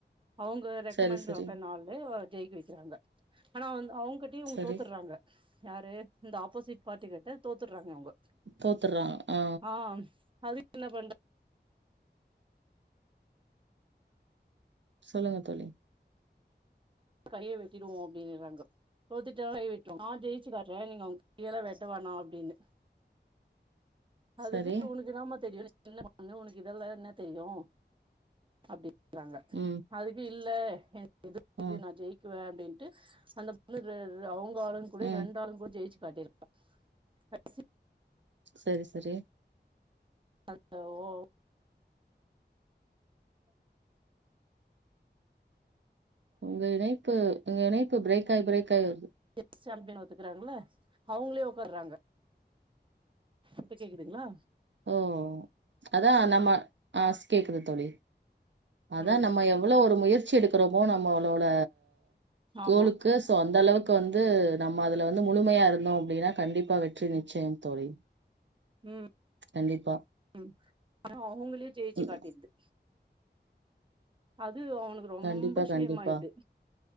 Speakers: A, on the right (about 25°); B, on the right (about 85°).
A: அவங்க ரெக்கமெண்ட்டு
B: சரி சரி
A: பண்ண ஆளு ஜெயிக்க வக்கிறாங்க ஆனா வந்து அவுங் கட்டி இவுங்க
B: சரி
A: தோத்தர்றாங்க யாரு இந்த ஆப்போசிட் பார்டிகள்ட தோத் த்துறாங்க அவுங்க
B: தோத்துர்றாங்க ஆ
A: ஆஹ் அது என்ன பண்றது
B: சொல்லுங்க தோழி
A: கைய வெட்டிடுவோ அப்டிகிறாங்க தோத்துட்டா கைய வெட்டுவோ நா ஜெயிச்சி காட்றே நீங்க அவுங்க கையல வெட்டவேனா அப்டின்னு அதுக்குனு
B: சரி
A: உனக்குதாமா தெரியுறே என்ன பண்ண உனக்கு இதெல்ல என்ன தெரியு அப்டி அங்க
B: ம்
A: அதுக்கு இல்ல எ
B: ம்
A: <unintelligible> நா ஜெயிக்குவே அப்டின்ட்டு அந்த பொண்ணு அவுங் ஆளும் கூட
B: ம்
A: ரெண்டாலு கூட ஜெயிச்சி <unintelligible>
B: சரி சரி
A: அந்த ஓ
B: ஒங்க இணைப்பு உங்க இனைபு பிரேக்காய் பிரேக்காய் வருது
A: செஸ் சாம்பியன் ஒத்துக்கறாங்கள அவுங்களே ஒக்கார்றாங்க இப்ப கேக்குதுங்களா
B: ஓ அதா நம்ப ஆஹ் கேக்குது தோழி அதா
A: ம்
B: நம்ப எவ்ளோ ஒரு முயற் ச்சு எடுக்கறப்போ நம்ம அவளோட
A: ஆமா
B: கோலுக்கு சோ அந்த அளவுக் க்கு வந்து நம்ம அதுல வந்து முழுமையா இருந்தோ அப்படின்னா கண்டிப்பா வெற்றி நிச்சயம் தோழி
A: உம்
B: கண்டிப்பா
A: ம் ஆனா அவங்களே ஜெயிச்சு
B: ம்.
A: காட்டிருது ஆ து அவனுக்கு ரொம்ப
B: கண்டிப்பா,
A: ஷேமாயிட்து
B: கண்டிப்பா.